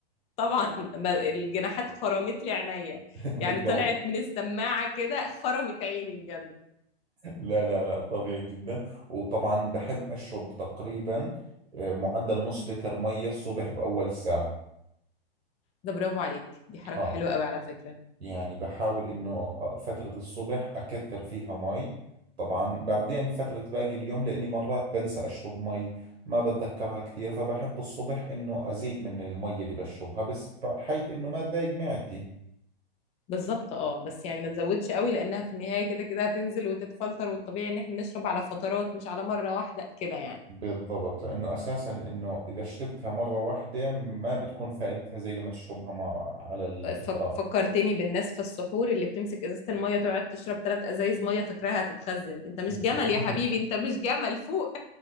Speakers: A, on the left; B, on the right.
A: طبعًا ما الجناحات خرمت لي عينيّا،
B: <laughs>
A: يعني
B: بالضبط
A: طلعت من السماعة كده خرمت عيني بجد.
B: لا لا لا طبيعي جدا وطبعا بحب اشرب تقريبا آه، معدل نص لتر مية الصبح باول ساعة
A: ده برافو عليك، دي حركة
B: اه
A: حلوة أوي على فكرة.
B: يعني بحاول إنه فترة الصبح أكثر فيها مي طبعا بعدين فترة باقي اليوم لأني مرات بنسى أشرب مي ما بتذكرها كثير فبحب الصبح إنه أزيد من المي اللي بشربها بس بحيث إنه ما تضايق معدتي
A: بالضبط آه، بس يعني ما تزوّدش أوي لإنها في النهاية كده، كده هتنزل وتتفلتر والطبيعي إن إحنا نشرب على فترات مش على مرّة واحدة كده يعني.
B: بالضبط لأنه أساسا إنه إذا شربتها مرة واحدة ما بتكون فائدتها زي لما تشربها مع على الفترات
A: فك فكّرتني بالناس في السحور اللي بتمسك إزازة المَيّة تقعد تشرب 3 أزايز مَيّة فاكراها هتتخزّن، أنت مش
B: <laughs>
A: جمل يا حبيبي، أنت مش جمل فوق.